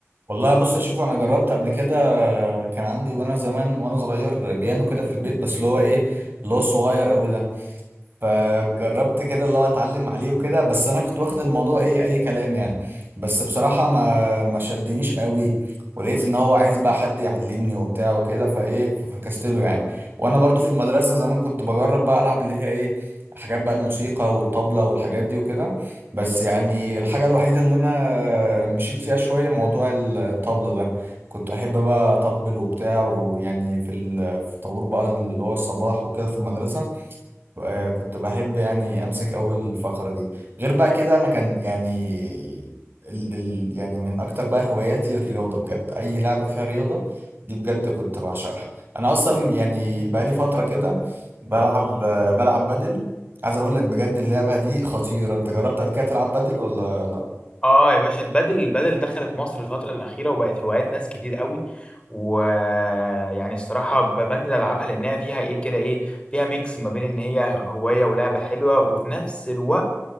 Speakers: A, on the right; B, on the left.
A: والله بص اشوف انا جربت قبل كده كان عندي وانا زمان وانا صغير بيانو كده في البيت بس اللي هو ايه اللي هو الصغير قوي ده فجربت كده اللي هو اتعلم عليه وكده بس انا كنت واخد الموضوع ايه اي كلام يعني بس بصراحة ما ما شدنيش قوي ولقيت ان هو عايز بقى حد يعلمني وبتاع وكده فايه ففكست له يعني وانا برضو في المدرسة زمان كنت بجرب بقى العب اللي هي ايه حاجات بقى الموسيقى والطبلة والحاجات دي وكده بس يعني الحاجة الوحيدة اللي انا مشيت فيها شوية موضوع الطبلة ده كنت احب بقى اطبل وبتاع ويعني في ال- في طابور بقى اللي هو الصباح وكده في المدرسة آه، كنت بحب يعني امسك اول الفقره دي غير بقى كده انا كان يعني ال ال يعني من اكتر بقى هواياتي الرياضه بجد اي لعبه فيها رياضه دي بجد كنت بعشقها انا اصلا يعني بقى لي فتره كده بلعب آه، بلعب بدل عايز اقول لك بجد اللعبه دي خطيره انت جربت قبل كده تلعب بدل ولا
B: آه يا باشا البادل البادل دخلت مصر الفترة الأخيرة وبقت هوايات ناس كتير قوي ويعني الصراحة ب- بنزل ألعبها لأنها فيها إيه كده إيه فيها ميكس ما بين إن هي هواية ولعبة حلوة وفي نفس الوقت